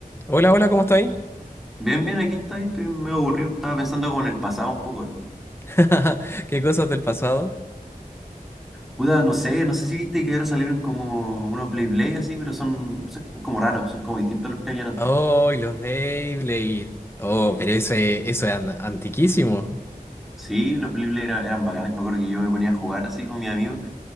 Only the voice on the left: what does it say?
Hola, hola, ¿cómo estáis?
<laughs> Qué cosas del pasado.
Oh, y los Beyblade. Oh, pero eso es, eso es an- antiquísimo.